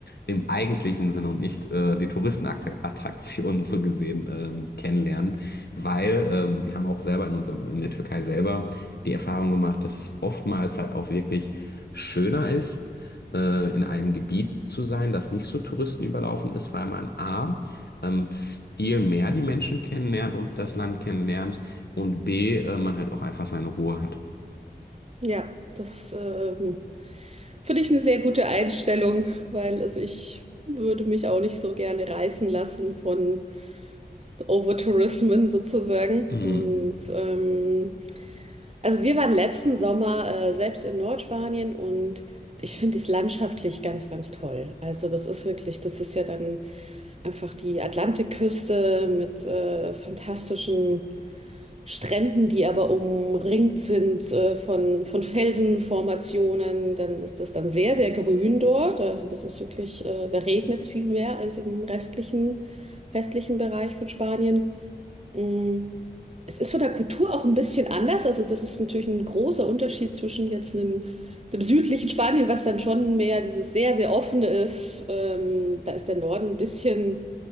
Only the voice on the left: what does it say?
im eigentlichen Sinne und nicht äh, die Touristenattraktionen <laughs> so gesehen ähm, kennenlernen, weil ähm, wir haben auch selber in unserem, in der Türkei selber die Erfahrung gemacht, dass es oftmals halt auch wirklich schöner ist, äh, in einem Gebiet zu sein, das nicht so touristenüberlaufen ist, weil man A, ähm, viel mehr die Menschen kennenlernt und das Land kennenlernt und B, äh, man halt auch einfach seine Ruhe hat.
Mhm.